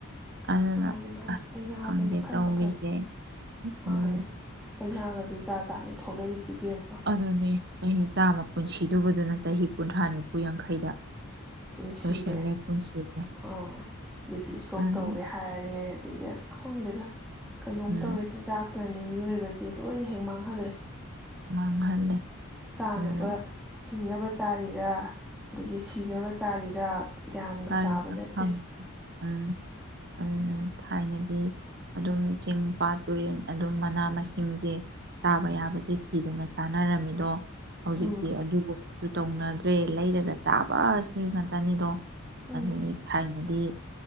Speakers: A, on the right; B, in the centre.
A: ꯑꯗꯨꯅ
B: ꯃꯥꯅꯦ ꯃꯥꯅꯦ
A: ꯑꯁ
B: ꯂꯥꯏꯅꯥꯁꯦ
A: ꯈꯪꯗꯦ
B: ꯃꯈꯟ
A: ꯇꯧꯔꯤꯁꯦ
B: ꯃꯈꯜ ꯃꯥꯅꯦ
A: ꯎꯝ
B: ꯂꯥꯏꯅꯥꯒꯁꯦ ꯖꯥ ꯖꯥꯠꯅꯤ ꯊꯣꯛꯂꯛꯏꯁꯦ ꯏꯕꯦꯝꯃ
A: ꯑꯗꯨꯗꯅꯦ ꯆꯍꯤ ꯆꯥꯝꯃ ꯄꯨꯟꯁꯤꯗꯨꯕꯗꯨꯅ ꯆꯍꯤ ꯀꯨꯟꯊ꯭ꯔꯥ ꯅꯤꯐꯨ ꯌꯥꯡꯈꯩꯗ
B: ꯄꯨꯟꯁꯤꯔꯦ
A: ꯂꯣꯏꯁꯤꯜꯂꯦ ꯄꯨꯟꯁꯤꯁꯦ
B: ꯑꯣ ꯕꯦꯕꯤ ꯏꯁꯇ꯭ꯔꯣꯛ
A: ꯑꯗꯨꯝ
B: ꯇꯧꯔꯦ ꯍꯥꯏꯔꯦ ꯑꯗꯒꯤ ꯑꯁ ꯈꯪꯗꯦꯗ ꯀꯩꯅꯣꯝ
A: ꯎꯝ
B: ꯇꯧꯔꯦ ꯆꯤꯟꯖꯥꯛꯁꯤꯅꯅꯤ ꯃꯤꯑꯣꯏꯕꯁꯦ ꯂꯣꯏꯅ ꯍꯦꯛ ꯃꯥꯡꯍꯜꯂꯦ
A: ꯃꯥꯡꯍꯜꯂꯦ
B: ꯆꯥꯅꯕ
A: ꯑꯗꯨꯅ
B: ꯍꯤꯡꯅꯕ ꯆꯥꯔꯤꯔꯥ ꯑꯗꯒꯤ ꯁꯤꯅꯕ ꯆꯥꯔꯤꯔꯥ ꯒ꯭ꯌꯥꯟꯒ
A: ꯍꯥꯏꯔꯤꯕ
B: ꯇꯥꯕ ꯅꯠꯇꯦ
A: ꯐꯪꯉꯦ ꯎꯝ ꯊꯥꯏꯅꯗꯤ ꯑꯗꯨꯝ ꯆꯤꯡ ꯄꯥꯠ ꯇꯨꯔꯦꯟ ꯑꯗꯨꯝ ꯃꯅꯥ ꯃꯁꯤꯡꯁꯦ ꯇꯥꯕ ꯌꯥꯕꯁꯦ ꯊꯤꯗꯅ ꯆꯥꯅꯔꯝꯃꯤꯗꯣ ꯍꯧꯖꯤꯛꯇꯤ
B: ꯎꯝ
A: ꯑꯗꯨꯕꯨ ꯇꯧꯅꯗ꯭ꯔꯦ ꯂꯩꯔꯒ ꯆꯥꯕꯁꯤꯡꯦꯡ ꯉꯇꯅꯤꯗꯣ
B: ꯎꯝ
A: ꯑꯗꯨꯗꯒꯤ ꯊꯥꯏꯅꯗꯤ